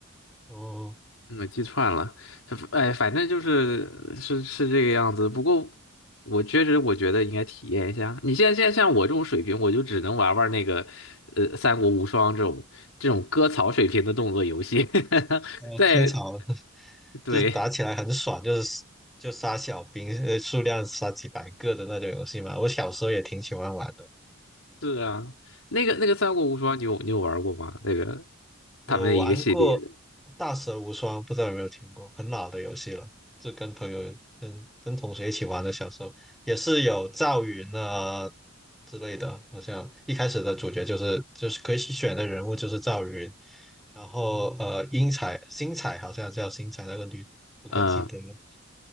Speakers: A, in the centre; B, on the left (about 85°).
A: 哦，
B: 嗯我记串了，这哎，反正就是是是这个样子。不过我确实我觉得应该体验一下。你现在现在像我这种水平，我就只能玩玩那个呃《三国无双》这种这种割草水平的动作游戏。<laughs>
A: 哦，
B: 在
A: 科草 <laughs>
B: 对，
A: 就是打起来很爽，就是就杀小兵，呃，数量杀几百个的那种游戏嘛。我小时候也挺喜欢玩的。
B: 是啊，那个那个《三国无双》，你有你有玩过吗？那个
A: 我玩过
B: 他们的一个系列的，
A: 《大蛇无双》，不知道有没有听过，很老的游戏了，就跟朋友、跟跟同学一起玩的。小时候也是有赵云啊之类的，好像一开始的主角就是就是可以选的人物就是赵云，然后呃英彩、星彩好像叫星彩那个女，不太记得了。
B: 嗯。